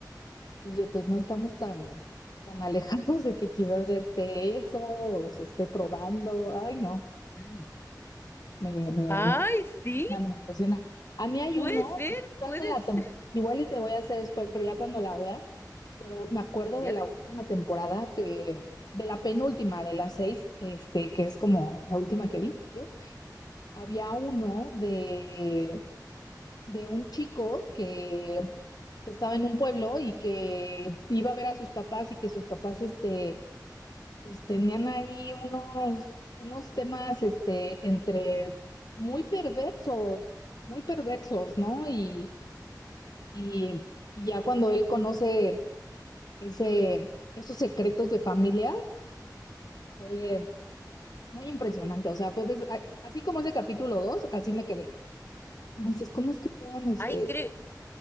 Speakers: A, on the left; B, on the left.
A: y Dije, pues no estamos tan, tan <laughs> alejados de que quizás ya esté eso o se esté probando. Ay, no,
B: Mm.
A: me, me,
B: ¡Ay,
A: me,
B: sí!
A: impresiona, me impresiona. A mí hay
B: Puede
A: uno,
B: ser,
A: estás
B: puede
A: en la
B: ser.
A: tem- igual y te voy a hacer spoiler, pero ya cuando la veas, pero me acuerdo
B: ¿Ya?
A: de la última temporada que, de la penúltima de las seis, este, que es como la última que vi yo. Había uno de de un chico que, que estaba en un pueblo y que iba a ver a sus papás y que sus papás, este, pues tenían ahí unos, unos temas, este, entre muy perversos, muy perversos, ¿no? Y, y, y ya cuando él conoce ese, esos secretos de familia, fue muy impresionante. O sea, fue des- a- así como ese capítulo 2 así me quedé. Como dices, ¿cómo es que pueden, este,
B: Ay, creo,